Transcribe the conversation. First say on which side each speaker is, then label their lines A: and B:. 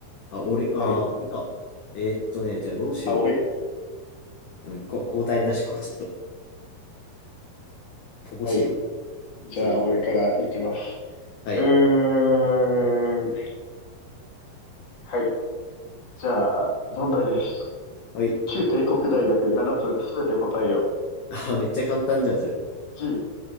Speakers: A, on the left; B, on the left.
A: あ、俺、あー、
B: ある。
A: 俺か。えーっとね、じゃあどうしよ
B: あ、俺、
A: う。うん、こ交代だし、こうちょっと、乏しいよ。
B: はい。じゃあ、
A: そういう
B: 俺からいきます。
A: はい。
B: うーん。はい。じゃあ、問題です。
A: はい。
B: 旧帝国大学7つすべて答えよ。
A: あ、めっちゃ簡単じゃん、それ。
B: 10、